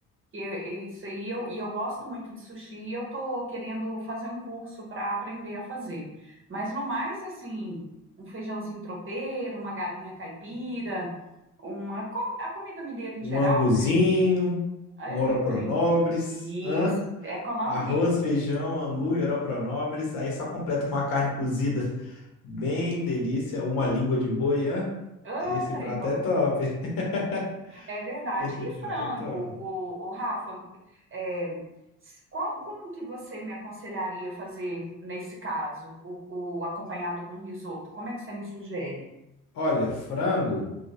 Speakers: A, on the right; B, on the left.
A: que é isso aí eu, e eu gosto muito de sushi e eu tô querendo fazer um curso para aprender a fazer. Mas no mais, assim, um feijãozinho tropeiro, uma galinha caipira, uma co- a comida mineira em
B: Um
A: geral,
B: anguzinho,
A: né? É,
B: um oropronobres,
A: trem. Isso,
B: hã?
A: é com nós
B: Arroz,
A: mesmo.
B: feijão, angu, nobres, aí só completa com uma carne cozida. Bem delícia, uma língua de boi, hã?
A: Ah,
B: Esse
A: trem
B: prato
A: bom.
B: é top. <laughs>
A: É verdade.
B: Esse
A: E
B: prato
A: frango,
B: é top.
A: o, o Rafa, é, s- qual- como que você me aconselharia fazer nesse caso, o, o acompanhado com risoto? Como é que você me sugere?
B: Olha, frango,